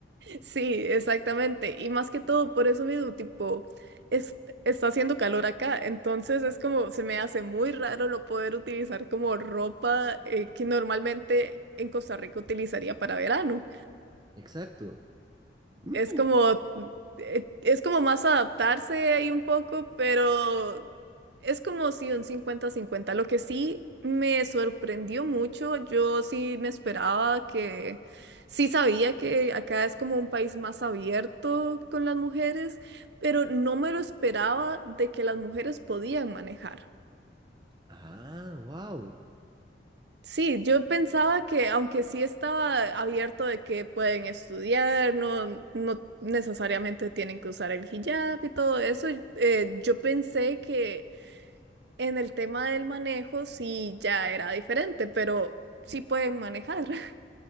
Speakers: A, on the right (about 65°); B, on the right (about 25°).
A: Sí, exactamente. Y más que todo, por eso mismo, tipo, es- está haciendo calor acá, entonces es como, se me hace muy raro lo poder utilizar como ropa eh, que normalmente en Costa Rica utilizaría para verano.
B: Exacto. Mm,
A: Es como, eh, es como más adaptarse ahí un poco, pero es como si un cincuenta-cincuenta Lo que sí me sorprendió mucho, yo sí me esperaba que, sí sabía que acá es como un país más abierto con las mujeres, pero no me lo esperaba de que las mujeres podían manejar.
B: Ah, wow.
A: Sí, yo pensaba que aunque sí estaba abierto de que pueden estudiar, no, no necesariamente tienen que usar el hijab y todo eso, eh, yo pensé que en el tema del manejo sí ya era diferente, pero sí pueden manejar <laughs>